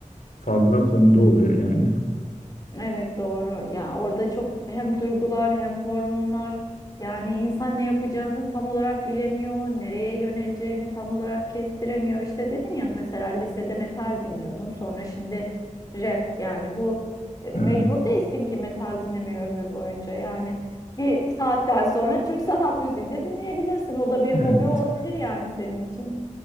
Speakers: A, on the left (about 70°); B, on the left (about 30°).
A: fazla konuda oluyor yani.
B: Evet doğru. Yani orada çok hem duygular hem hormonlar yani insan ne yapacağını tam olarak bilemiyor, nereye yöneleceğini tam olarak kestiremiyor. İşte dedin ya mesela lisede metal dinliyordum. Sonra şimdi rap yani bu e, mecbur
A: Evet,
B: değilsin ki metal dinlemeye ömür boyunca. Yani bir saatten sonra Türk <laughs> sanat müziği de dinleyebilirsin. O da bir
A: <laughs>
B: hobi olabilir yani senin için.